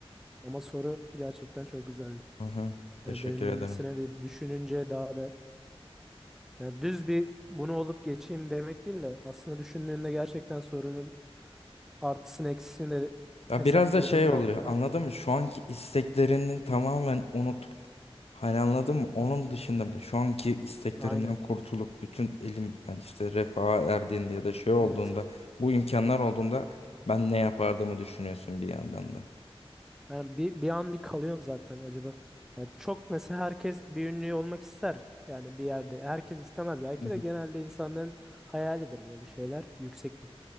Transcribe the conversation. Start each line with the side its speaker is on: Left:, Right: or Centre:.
Centre: Ama soru gerçekten çok güzel.
Left: Aha, teşekkür
Centre: Yani derinlemesine
Left: ederim.
Centre: bir düşününce daha da yani düz bir bunu olup geçeyim demek değil de aslında düşündüğünde gerçekten sorunun artısını eksisini de
Left: Ya
Centre: hesapladığın
Left: biraz da şey
Centre: zaman
Left: oluyor. Anladın mı? Şu anki isteklerini tamamen unutup hani anladın mı? Onun dışında bu- şu anki isteklerimden
Centre: aynen.
Left: kurtulup bütün elim yani işte refaha erdiğinde ya da şey olduğunda
Centre: Evet.
Left: bu imkanlar olduğunda ben ne yapardığımı düşünüyorsun bir yandan da.
Centre: Yani bir, bir an bir kalıyorum zaten acaba. Yani çok mesela herkes bir ünlü olmak ister yani bir yerde. Herkes istemez. Belki
Left: Hı hı.
Centre: de genelde insanların hayalidir böyle şeyler. Yüksek bir